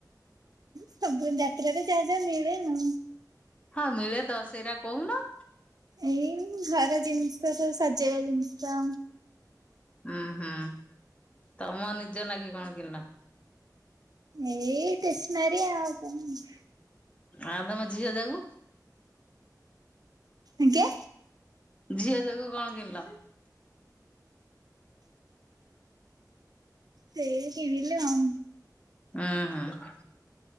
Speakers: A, on the right (about 65°); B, on the left (about 15°).
A: ସବୁ ଏ ଯାତ୍ରାରେ ଯାହା ଯାହା ମିଳେ ଆଉ
B: ହଁ ମିଳେ ତ ସେଇଟା କହୁନ
A: ଏଇ ଘର ଜିନିଷ ସବୁ ସଜେଇବା ଜିନିଷ
B: ହଁ ହଁ ତମ ନିଜ ଲାଗି କଣ କିଣିଲ?
A: ଏଇ ଟେସ୍ନାରି ଆଉ କଣ
B: ଆଁ ତମ ଝିଅ ଯାକୁ
A: ଆଜ୍ଞା।
B: ଝିଅ ଯୋଗୁ କଣ କିଣିଲ?
A: ଏଇ କିଣିଲି ଆଉ
B: ହଁ ହଁ।